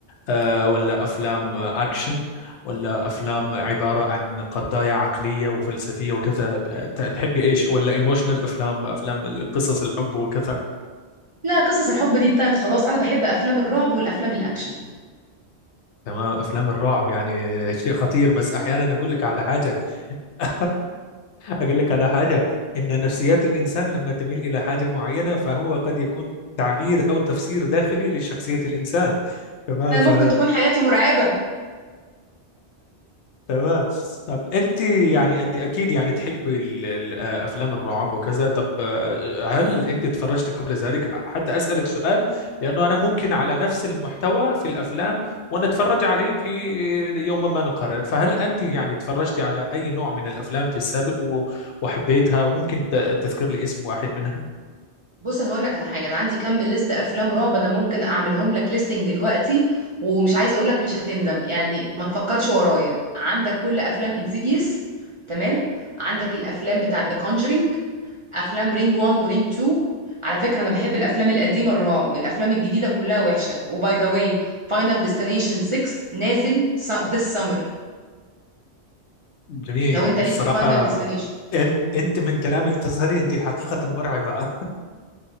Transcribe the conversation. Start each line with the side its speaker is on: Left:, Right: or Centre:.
Left: آه، ولا أفلام آه، أكشن ولا أفلام عبارة عن قضايا عقلية وفلسفية وكذا ت- تحبي إيش ولا إيموشنال أفلام أفلام قصص الحب وكذا
Right: لا قصص الحب دي انتهت خلاص انا بحب افلام الرعب والافلام الاكشن
Left: تمام أفلام الرعب يعني شيء خطير بس أحيانا أقول لك على حاجة <laughs> أقول لك على حاجة إن نفسيات الإنسان لما تميل إلى حاجة معينة فهو قد يكون تعبير أو تفسير داخلي لشخصية الإنسان تمام
Right: ما
Left: ف
Right: ممكن تكون حياتي مرعبه
Left: تمام طب انت يعني انت اكيد يعني تحبي ال- ال- آه، افلام الرعب وكذا طب آه، هل انت تفرجت قبل ذلك حتى اسالك سؤال لانه انا ممكن على نفس المحتوى في الافلام ونتفرج عليه في يوم ما نقرر فهل انت يعني تفرجتي على اي نوع من الافلام في السابق و- وحبيتها وممكن ت- تذكر لي اسم واحد منها
Right: بص انا هقول لك على حاجه انا عندي كم ليست افلام رعب انا ممكن اعملهم لك ليستنج دلوقتي ومش عايزه اقول لك مش هتندم يعني ما تفكرش ورايا عندك كل افلام انسيديوس تمام عندك الافلام بتاعه ذا كونجرينج افلام رينج 1 ورينج 2 على فكره انا بحب الافلام القديمه الرعب الافلام الجديده كلها وحشه وباي ذا واي فاينل ديستنيشن 6 نازل ذس سمر
Left: جميل
Right: لو انت ليك
Left: الصراحة
Right: في الفاينل ديستنيشن
Left: انت انت من كلامك تظهري انت حقيقة مرعبة